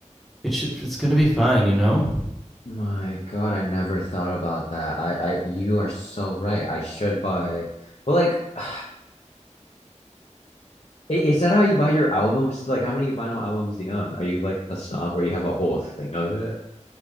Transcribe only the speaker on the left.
My God, I never thought about that. I, I, you are so right. I should buy, well, like, <sighs> i- is that how you buy your albums? Like, how many vinyl albums do you own? Are you like a snob where you have a whole thing of it,